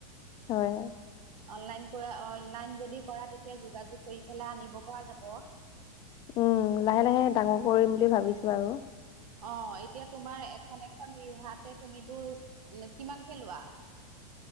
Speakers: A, on the left; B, on the right.
A: হয়
B: অনলাইন কৰা অনলাইন যদি কৰা তেতিয়া যোগাযোগ কৰি পেলাই আনিব পৰা যাব।
A: উম, লাহে লাহে ডাঙৰ কৰিম বুলি ভাবিছোঁ আৰু।
B: অ', এতিয়া তোমাৰ এখন এখন ৰিহাতে তুমিতো কিমানকে লোৱা?